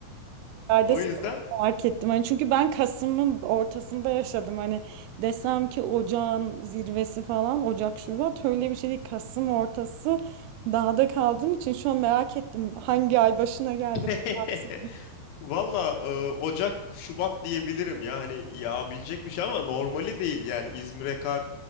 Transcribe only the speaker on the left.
O
yüzden
<laughs>
valla eee, Ocak, Şubat diyebilirim ya. Hani yağabilecek bir şey ama normali değil yani. İzmir'e kar